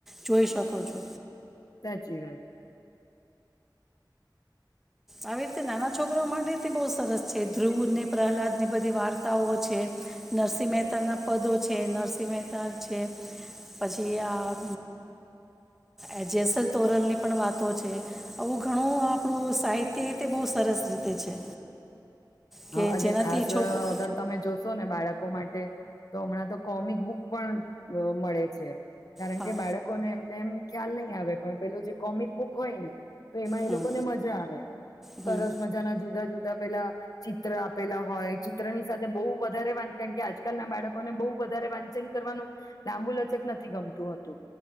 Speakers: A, in the centre; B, on the left.
A: જોઈ શકો છો.
B: સાચી વાત.
A: આવી રીતે નાના છોકરો માટે બહુ સરસ છે. ધ્રુવને પ્રહલાદની બધી વાર્તાઓ છે, નરસિંહ મહેતાના પદો છે, નરસિંહ મહેતા છે, પછી આ અ જેસલ તોરલ ની પણ વાતો છે આવું ઘણું આપણું સાહિત તે તે બહુ સરસ રીતે છે. કે
B: હા અને
A: જેનાથી
B: ખાસ
A: છોકરા
B: અગર તમે જોશો ને બાળકો માટે તો હમણાં તો કોમિક બુક અ પણ મળે છે. કારણ
A: હા
B: કે બાળકોને એમને એમ ખ્યાલ નહી આવે પણ પેલુ જે કોમિક બુક હોય ને તો એમાં
A: હમ
B: એ લોકોને મજા આવે.
A: હમ
B: સરસ મજાના જુદા જુદા તો પેલા ચિત્ર આપેલા હોય, ચિત્રની સાથે બહુ વધારે વાંચન કે આજકાલના બાળકોને બહુ વધારે વાંચન કરવાનું લાંબુ લચક નથી ગમતું હતું.